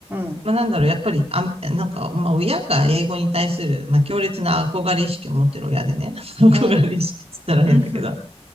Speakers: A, on the right (about 15°); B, on the right (about 65°).
A: うん、
B: まあ、なんだろう、やっぱり、あ、なんか、まあ、親が英語に対する、まあ、強烈な憧れ意識を持ってる親でね、<laughs> 憧れ意識って言ったら変だけど、
A: うん、うん、